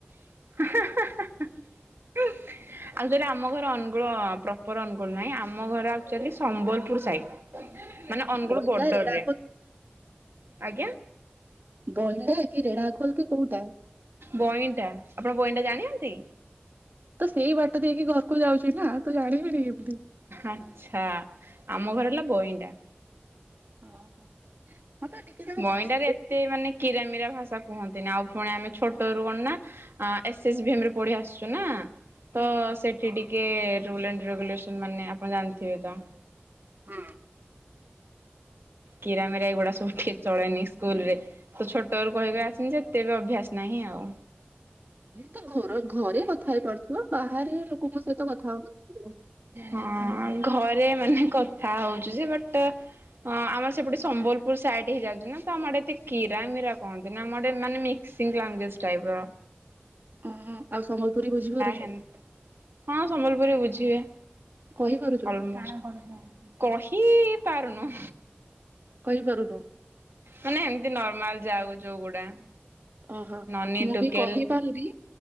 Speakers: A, on the right; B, on the right.
A: <unintelligible> ଆଚୁଲି ଆମ ଘର ଅନୁଗୁଳ ପ୍ରପର ଅନୁଗୋଳ ନାଇଁ ଆମ ଘର ଆକ୍ଚୁଆଲି ସମ୍ବଲପୁର ସାଇଡ। ମାନେ ଅନୁଗୁଳ
B: ବଇଲା
A: ବର୍ଡରରେ
B: ରେଡା
A: ଆଜ୍ଞା।
B: ବଇଟା କି ରେଢା ଖୋଲ କି କୋଉଟା?
A: ବଇଁଟା ଆପଣ ବଇଁଟା ଜାଣିନାହାନ୍ତି?
B: ତ ସେଇ ବାଟ ଦେଇକି ଘରକୁ ଯାଉଛି ନା ତୁ ଜାଣିବିନି କେମିତି।
A: ଆଛା ଆମ ଘର ହେଲା ବଇଣ୍ଡା।
B: ହଁ ହଁ ତ ଟିକେ ତାକୁ
A: ବଇଁଣ୍ଡାରେ
B: ମିକ୍ସ ହୁଁ
A: ଏତେ ମାନେ କିରାମିରା ଭାଷା କୁହନ୍ତିନି ଆଉ ପୁଣି ଆମେ ଛୋଟ ରୁ କଣ ନା ଏସ୍ ଏସ୍ ଭି ଏମ ରେ ପଢି ଆସୁଛୁ ନା। ତ
B: ହୁଁ
A: ସେଠି ଟିକେ ରୁଲ ଆଣ୍ଡ ରେଗୁଲେସନ ମାନେ ଆପଣ ଜାଣିଥିବେ ତ।
B: ହଁ
A: କୀର ମିରା ଏଗୁଡା ସବୁ ଏଠି ଚଳେନି ସ୍କୁଲ ରେ ତ ଛୋଟ ରୁ କହିକି ଆସିନି ଯେ ଏତେ ବି ଅଭ୍ୟାସ ନାହିଁ ଆଉ।
B: ତ ଘର ଘରେ କଥା ହେଇପାରୁଥିବ ବାହାରେ ଲୋକଙ୍କ ସହିତ କଥା <unintelligible>
A: ହଁ ଘରେ ମାନେ କଥା ହଉଚୁ ଯେ ବଟ ହଁ ଆମର ସେପଟେ ସମ୍ବଲପୁର ସାଇଡ ହେଇ ଯାଉଛି ନା ତ ଆମର ଏେ କିୀରା ମୀରା କହନ୍ତି ନା ଆମରେ ମାନେ ମି ସିଙ୍ଗ ଲାଙ୍ଗଵେଜ ଟାଇପର।
B: ଓହୋ ଆଉ ସମ୍ବଲପୁରୀ ବୁଝିପାରୁଛ?
A: ହେନ୍ତା ହଁ ସମ୍ବଲପୁରୀ ବୁଝିହୁଏ
B: କହିପାରୁଛ
A: ଅଲ୍ ମୋଷ୍ଟ। କହି ପାରୁନୁ।
B: କହିପାରୁନୁ।
A: ମାନେ ଏମିତି ନର୍ମାଲ ଯାକ ଯୋଉଗୁଡା।
B: ଓହୋ
A: ନନି
B: ମୁଁ
A: ଟୁକେଲ
B: ବି କହିପାରୁନି